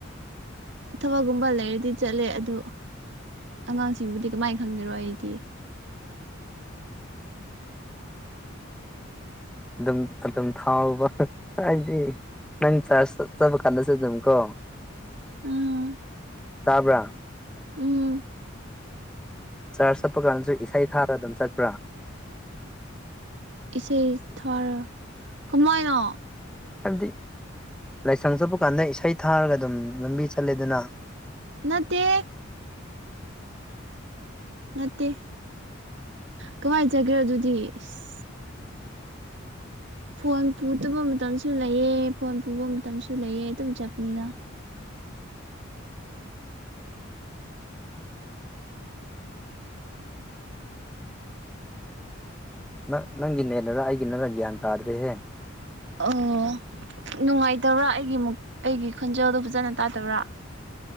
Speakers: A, on the right; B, in the centre.
A: ꯊꯕꯛꯒꯨꯝꯕ ꯂꯩꯔꯗꯤ ꯆꯠꯂꯦ ꯑꯗꯨ ꯑꯉꯥꯡꯁꯤꯡꯕꯨꯗꯤ ꯀꯃꯥꯏꯅ ꯈꯪꯒꯦꯔꯣ ꯑꯩꯗꯤ꯫
B: ꯑꯗꯨꯝ ꯑꯗꯨꯝ ꯊꯥꯎꯕ ꯍꯥꯏꯗꯤ꯫ ꯅꯪ ꯆꯔ꯭ꯆ ꯆꯠꯄꯀꯥꯟꯗꯁꯨ ꯗꯨꯝꯀꯣ꯫
A: ꯑꯥ
B: ꯇꯥꯕ꯭ꯔꯥ꯫
A: ꯎꯝ꯫
B: ꯆꯥꯔꯆ ꯆꯠꯄ ꯀꯥꯟꯗꯁꯨ ꯏꯁꯩ ꯊꯥꯔꯒ ꯑꯗꯨꯝ ꯆꯠꯄ꯭ꯔꯥ꯫
A: ꯏꯁꯩ ꯊꯔ ꯀꯃꯥꯏꯅ꯫
B: ꯍꯥꯏꯕꯗꯤ ꯂꯥꯏꯁꯪ ꯆꯠꯄ ꯀꯥꯟꯗ ꯏꯁꯩ ꯊꯥꯔꯒ ꯑꯗꯨꯝ ꯂꯝꯕꯤ ꯆꯠꯂꯦꯗꯅ꯫
A: ꯅꯠꯇꯦ꯫ ꯅꯠꯇꯦ ꯀꯃꯥꯏ ꯆꯠꯀꯦꯔꯥ ꯑꯗꯨꯗꯤ ꯏꯁ꯫ ꯐꯣꯟ ꯄꯨꯗꯕ ꯃꯇꯝꯁꯨ ꯂꯩꯑꯦ ꯐꯣꯟ ꯄꯨꯕ ꯃꯇꯝꯁꯨ ꯂꯩꯌꯦ ꯑꯗꯨꯝ ꯆꯞꯄꯅꯤꯅ꯫
B: ꯅꯪ ꯅꯪꯒꯤ ꯅꯦꯠꯂꯔ ꯑꯩꯒꯤ ꯅꯔ ꯒ꯭ꯌꯥꯟ ꯇꯥꯗ꯭ꯔꯦꯍꯦ꯫
A: ꯑꯣ ꯅꯨꯡꯉꯥꯏꯇꯕ ꯑꯩꯒꯤ ꯃꯨꯛ ꯑꯩꯒꯤ ꯈꯨꯣꯟꯖꯦꯜꯗꯨ ꯐꯖꯅ ꯇꯥꯗꯕꯔꯥ꯫